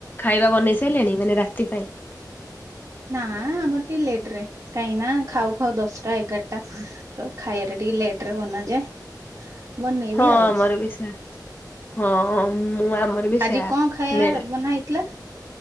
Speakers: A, on the left; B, on the right.
A: ଖାଇବା ବନେଇ ସାରିଲଣି ମାନେ ରାତି ପାଇଁ।
B: ନାଁ ଆମର ଟିକେ ଲେଟରେ କାହିଁକି ନା ଖାଉ ଖାଉ ଦଶଟା ଏଗାରଟା ତ ଖାଇବାରେ ଟିକେ ଲେଟ ରେ ବନାଯାଏ। ବନେଇବି
A: ହଁ
B: ଆଉ।
A: ଆମର ବି ସେ ହଁ ମୁଁ ଆମର ବି ସେୟା
B: ଆଜି କଣ ଖାଇବା
A: ନେ
B: ବନା ହେଇଥିଲା।